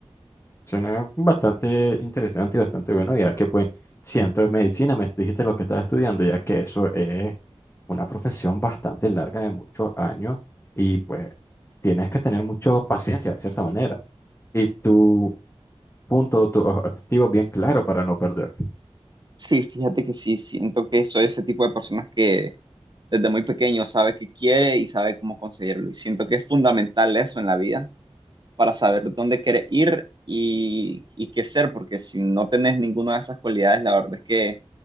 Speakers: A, on the left (about 25°); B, on the right (about 45°).
A: Suena bastante interesante y bastante bueno, ya que pues siento medicina, me dijiste lo que estás estudiando, ya que eso es una profesión bastante larga de muchos años y pues tienes que tener mucha paciencia de cierta manera y tu punto, tu objetivo bien claro para no perder.
B: Sí, fíjate que sí, siento que soy ese tipo de personas que desde muy pequeño sabe qué quiere y sabe cómo conseguirlo. Y siento que es fundamental eso en la vida para saber dónde quieres ir y, y qué ser, porque si no tenés ninguna de esas cualidades, la verdad es que